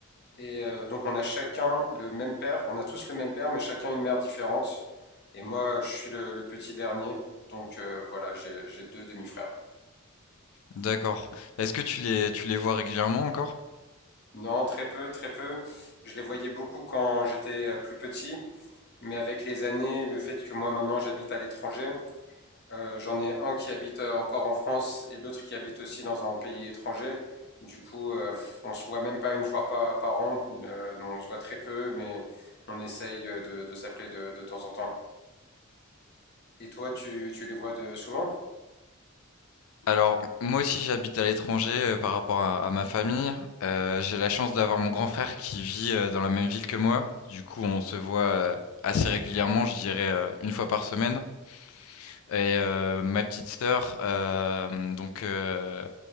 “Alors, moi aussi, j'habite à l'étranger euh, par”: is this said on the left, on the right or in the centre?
Left